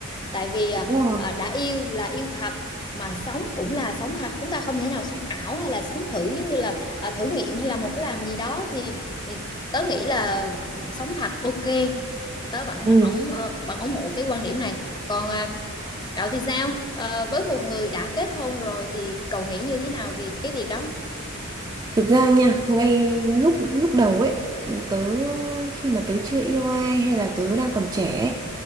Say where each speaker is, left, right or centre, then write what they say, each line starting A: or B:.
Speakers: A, on the left; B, on the right.
A: tại vì à,
B: đúng rồi.
A: à, đã yêu là yêu thật mà sống cũng là sống thật chúng ta không thể nào sống ảo hay là sống thử giống như là à, thử nghiệm hay là một cái làm gì đó thì, thì tớ nghĩ là sống thật ok tớ vẫn
B: ừ.
A: ủng ờ, vẫn ủng hộ cái quan điểm này còn à, cậu thì sao Ờ, với một người đã kết hôn rồi thì cậu nghĩ như thế nào về cái việc đó
B: Thực ra nha, ngay lúc lúc đầu ấy, tớ khi mà tớ chưa yêu ai hay là tớ đang còn trẻ ấy,